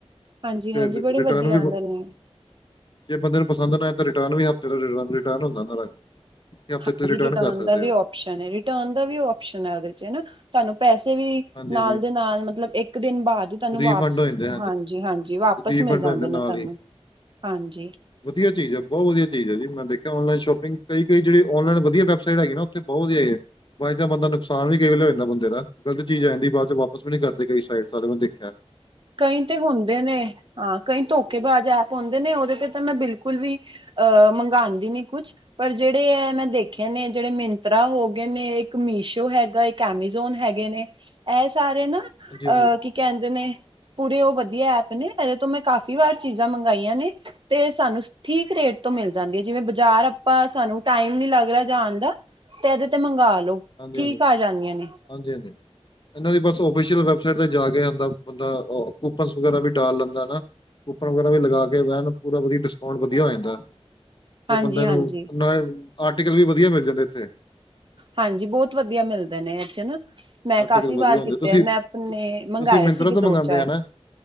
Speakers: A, on the right (about 50°); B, on the left (about 45°).
A: ਹਾਂਜੀ
B: ਤੇ
A: ਹਾਂਜੀ ਬੜੇ
B: ਰਿਟਰਨ
A: ਵਧੀਆ
B: ਵੀ।
A: ਆਉਂਦੇ ਨੇ
B: ਜੇ ਬੰਦੇ ਨੂੰ ਪਸੰਦ ਨਾ ਤਾਂ ਰਿਟਰਨ ਵੀ ਹਫ਼ਤੇ ਦਾ ਰਿਨ ਹੁੰਦਾ। ਹਫ਼ਤੇ
A: ਹਾਂਜੀ
B: ਤੁਸੀਂ ਰਿਟਰਨ ਕਰ ਸਕਦੇ
A: ਦਾ ਵੀ
B: ਹੋ।
A: ਰਿਟਰਨ ਦਾ ਵੀ ਆਪਓਸ਼ਨ ਹੈ। ਉਹਦੇ ਚ ਹਨਾ ਤੁਹਾਨੂੰ ਪੈਸੇ ਵੀ
B: ਹਾਂਜੀ
A: ਨਾਲ
B: ਹਾਂਜੀ
A: ਦੇ ਨਾਲ ਮਤਲਬ ਇੱਕ। ਇੱਕ ਦਿਨ ਬਾਅਦ। ਤੈਨੂੰ
B: ਰੀਫੰਡ
A: ਵਾਪਸ
B: ਹੋ ਜਾਂਦੇ
A: ਹਾਂਜੀ - ਹਾਂਜੀ ਵਾਪਿਸ
B: ਰੀਫੰਡ
A: ਮਿਲ
B: ਹੋ
A: ਜਾਂਦੇ
B: ਨਾਲ
A: ਨੇ। ਤੈਨੂੰ
B: ਹੀ
A: ਹਾਂਜੀ
B: ਵਧੀਆ ਚੀਜ਼ ਬਹੁਤ ਵਧੀ ਚੀ ਹੈ ਜੀ। ਮੈਂ ਦੇਖਿਆ ਔਲਾਈਨ ਸ਼ੋਪਿੰਗ ਕਈੜ ਔਲਾਈਨ ਵਧੀਆ ਵੈਬਸਾਈਟ ਹੈਗੀ ਨੇ ਉਥੇ ਬਹੁਤ ਵਧੀਆ ਹੈ। ਬਾਅਦ ਤਾਂ ਬੰਦਾ ਨੁਕਸਾਨ ਵੀ ਕਈ ਵੇਲੇ ਜਾਂਦਾ। ਬੰਦਾ ਦਾ ਗਲਤ ਚੀਜ਼ ਆ ਜਾਂਦੀ। ਬਾਅਦ ਚ ਵਾਪਸ ਨੀ ਕਰਦੇ। ਕਈ ਸਾਈਡ ਸਾਰੇ ਬੰਦੇ ਚ।
A: ਕਈ ਤੇ ਹੁੰਦੇ ਨੇ ਹਾਂ ਕਈ ਧੋਖੇਬਾਜ਼ ਐਪ ਹੁੰਦੇ ਨੇ। ਉਹਦੇ ਤੇ ਤਾਂ ਮੈਂ ਬਿਲਕੁਲ ਵੀ ਅਹ ਮੰਗਵਾਉਣ ਦੀ ਨੀ ਕੁਛ ਪਰ ਜਿਹੜੇ ਇਹ ਮੈਂ ਦੇਖਿਆ ਨੇ ਜਿਹੜੇ ਮਿੰਤਰਾ ਹੋ ਗਏ ਨੇ ਇੱਕ ਮੀਸ਼ੋ ਹੈਗਾ ਇੱਕ ਏਮੀੇਜ਼ੋਨ ਹੈਗੇ ਨੇ ਇਹ ਸਾਰੇ ਨਾ
B: ਹਾਂਜੀ ਹਾਂਜੀ ਹਾਂਜੀ
A: ਅ ਕੀ ਕਹਿੰਦੇ ਨੇ ਪੂਰੇ ਉਹ ਵਧੀਆ ਐਪ ਨੇ ਇਹਦੇ ਤੋਂ ਮੈਂ ਕਾਫ਼ੀ ਵਾਰ ਚੀਜ਼ਾਂ ਮੰਗਾਈਆਂ ਨੇ ਤੇ ਸਾਨੂੰ ਠੀਕ ਰੇਟ ਤੋਂ ਮਿਲ ਜਾਂਦੀ ਜਿਵੇਂ ਬਾਜ਼ਾਰ ਆਪਾਂ ਸਾਨੂੰ ਟਾਈਮ ਨਹੀਂ ਲੱਗ ਰਿਹਾ ਜਾਂਣਦਾ ਤੇ ਇਹਦੇ ਤੇ ਮੰਗਾ ਲੋ।
B: ਹਾਂਜੀ-ਹਾਂਜੀ,
A: ਜਾਂਦੀਆਂ ਨੇ
B: ਹਾਂਜੀ-ਹਾਂਜੀ। ਇਹਨਾਂ ਦੀ ਬਸ ਔਫ਼ੀਸਿਅਲ ਵੈਬ ਸਾਈਟ ਤੇ ਜਾ ਕੇ ਆਪਦਾ ਬੰਦਾ ਕੁਪੰਸ ਵਗੈਰਾ ਵੀ ਢਾਲ ਲੈਂਦਾ ਨਾ। ਕੂਪਨ ਵਗੈਰਾ ਵੀ ਲਗਾ ਕੇ ਵਹਿਣ ਪੂਰਾ ਵਧੀ ਡਿਸਕਾਊਂਟ ਵਧੀਆ ਹੋ ਜਾਂਦਾ ਐ। ਤੇ
A: ਹਾਂਜੀ
B: ਬੰਦੇ
A: ਹਾਂਜੀ
B: ਨੂੰ ਨਾਏ ਆਰਟੀਕਲ ਵੀ ਵਧੀਆ ਮਿਲ ਜਾਂਦੇ ਇੱਥੇ।
A: ਹਾਂਜੀ ਬਹੁਤ ਵਧੀਆ ਮਿਲਦੇ ਨੇ ਇੱਥੇ ਨਾ। ਮੈਂ
B: ਆਰਟੀਕਲ
A: ਕਾਫ਼ੀ
B: ਵਧੀਆ
A: ਵਾਰ
B: ਹੁੰਦੇ
A: ਕੀਤੇ
B: ਤੁਸੀਂ
A: ਐ। ਮੈਂ ਆਪਣੇ
B: ਤੁਸੀਂ
A: ਮੰਗਾਏ
B: ਮਿੰਤਰਾ
A: ਸੀਗੇ
B: ਤੋਂ ਮੰਗਾਉਂਦੇ
A: ਦੋ ਚਾਰ।
B: ਆ ਨਾ